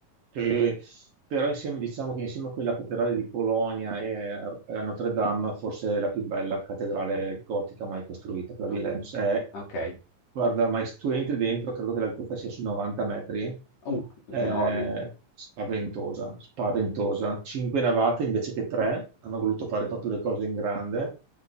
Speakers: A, on the right (about 55°); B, on the left (about 75°).
A: che però insieme, diciamo che insieme a quella cattedrale di Colonia e a Notre Dame, forse è la più bella cattedrale gotica mai costruita, quella
B: no?
A: di Reims. È-
B: Ok.
A: guarda, ma se tu entri dentro, credo che l'altezza sia sui 90 metri,
B: Uh,
A: è
B: enorme,
A: spaventosa, spaventosa. Cinque navate invece che tre, hanno voluto fare proprio le cose in grande.